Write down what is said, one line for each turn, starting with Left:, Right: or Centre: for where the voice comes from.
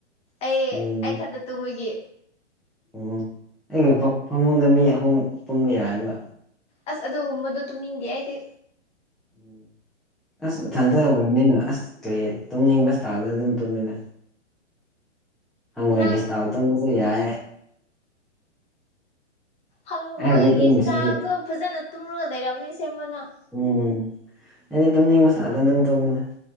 Left: ꯑꯩ
Centre: ꯎꯝ
Left: ꯑꯩ ꯈꯛꯇ ꯇꯨꯝꯕꯒꯤ
Centre: ꯑꯣ ꯑꯩꯒꯤ ꯐꯃꯨꯡꯗ ꯃꯤ ꯑꯍꯨꯝ ꯇꯨꯝꯕ ꯌꯥꯏꯑꯕ
Left: ꯑꯁ ꯑꯗꯨ ꯍꯨꯝꯕꯗꯣ ꯇꯨꯝꯅꯤꯡꯗꯦ ꯑꯩꯗꯤ
Centre: ꯎꯝ ꯑꯁ ꯊꯟꯊ ꯑꯣꯏꯕꯅꯤꯅ ꯑꯁ ꯀꯔꯤ ꯇꯨꯝꯅꯤꯡꯕꯁꯇꯥꯥꯗ ꯑꯗꯨꯝ ꯇꯨꯝꯃꯤꯟꯅ ꯍꯪꯋꯥꯣꯏꯒꯤꯁꯇꯥꯜ
Left: ꯅꯪ
Centre: ꯇꯝꯝꯕꯁꯨꯦ ꯌꯥꯏ
Left: ꯍꯪꯒꯣꯏꯒꯤ
Centre: ꯑꯩ ꯍꯧꯖꯤꯛ ꯇꯨꯝꯃꯤꯁꯤꯗꯤ
Left: ꯆꯇꯥꯗꯣ ꯐꯖꯅ ꯇꯨꯝꯨꯔꯒ ꯂꯩꯔꯕꯅꯦ ꯁꯦꯝꯦ ꯃꯅꯥꯎ
Centre: ꯎꯝ ꯑꯩꯗꯤ ꯑꯗꯨꯝꯅꯤꯡ ꯃꯁꯗ ꯑꯗꯨꯝ ꯇꯧꯃꯤꯅ